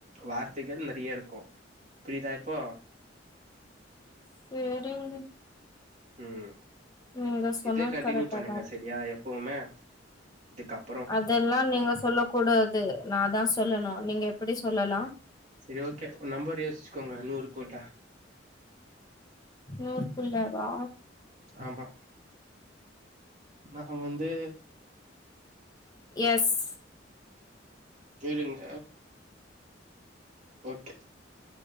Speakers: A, on the right; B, on the left.
A: வார்த்தைகள் நறிய இருக்கு புரியுதா இப்போ
B: செரிங்க
A: ம்
B: நீங்க சொன்னா
A: இதே கண்டினியூ
B: கரெக்டா
A: பண்ணுங்க
B: தா இருக்கு
A: செரியா எப்பவுமே இதுக்கப்
B: அதெல்லா நீங்க சொல்ல கூடாது நா தா சொல்லணு நீங்க எப்டி சொல்லலா
A: செரி ஓகே ஒரு நம்பர் யோசிச்சுக்கோங்க நூறுக்குள்ள
B: நூறுக்குள்ளாவா
A: ஆமா நா வந்து
B: எஸ்
A: இருங்க ஓகே